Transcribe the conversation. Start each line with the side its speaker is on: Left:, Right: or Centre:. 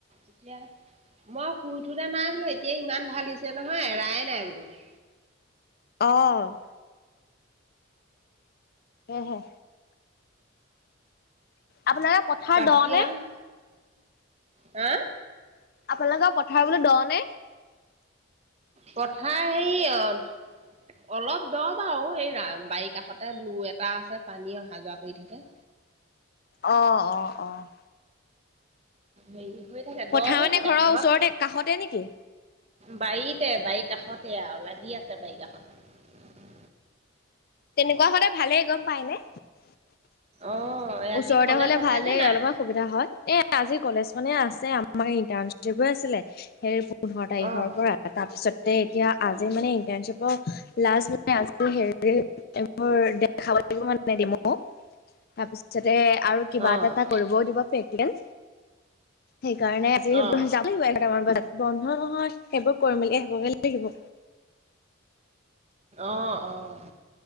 Right: এতিয়া, মই শুই উঠোতে নাই বুলু এতিয়া ইমান ঢালিছে নহয় এৰায়ে নাই বুলু। <inaudible>
Left: অ'। এ হে। আপোনালোকে পথাৰ
Right: বাকি
Left: দ নে
Right: আৰু হা?
Left: আপোনালোকৰ পথাৰ বুলু দ' নে?
Right: পথাৰ সেই অ অলপ দ' বাৰু, এই বাৰি কাষতে লু এটা আছে পানী অহা-যোৱা কৰি থাকে।
Left: অ', অ', অ'।
Right: হেৰি হৈ থাকে,
Left: পথাৰ
Right: দ' হৈ
Left: মানে
Right: থাকে।
Left: ঘৰৰ
Right: আমাক
Left: ওচৰতে কাষতে নেকি
Right: বাৰীতে, বাৰী কাষতে আৰু লাগি আছে বাৰী কাষতে।
Left: তেনেকুৱা হলে ভালে, গম পায়নে?
Right: অ' আজি
Left: ওচৰতে
Right: কলেজ
Left: হলে
Right: আছেনে
Left: ভালে
Right: নাই?
Left: অলপমান সুবিধা হয়। এ আজি কলেজ মানে আছে। আমাৰ ইণ্টাৰ্নশ্বিপ হৈ আছিলে। সেই পোন্ধৰ তাৰিখৰ
Right: অ'
Left: পৰা। তাৰপিছত এতিয়া আজি মানে ইণ্টাৰ্নশ্বিপৰ লাষ্ট মানে, আ হেৰি এইবোৰ দেখাব লাগিব মানে দিমো। তাৰপিছত আৰু কিবা
Right: অ'
Left: এটা এটা কৰিবও দিব পেকেজ। সেইকাৰণে আজি
Right: অ' অ'
Left: সেইবোৰ যাবো লাগিব এঘাৰোটা মান বজাত। বন্ধ নহয়, সেইবোৰ কৰি মেলি আহিব গৈ লাগিব।
Right: অ', অ'।